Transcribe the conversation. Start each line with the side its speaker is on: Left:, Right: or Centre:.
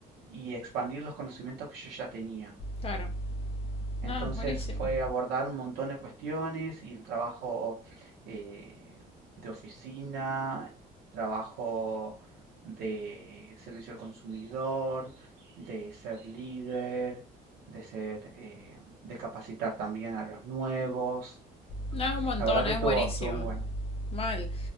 Right: y expandir los conocimientos que yo ya tenía.
Left: claro.
Right: Entonces
Left: No, buenísimo.
Right: fue abordar un montón de cuestiones y el trabajo eh, de oficina, trabajo de servicio al consumidor, de ser líder, de ser, eh, de capacitar también a los nuevos.
Left: No, es un montón,
Right: La verdad que
Left: es
Right: estuvo,
Left: buenísimo.
Right: estuvo muy bueno.
Left: Mal.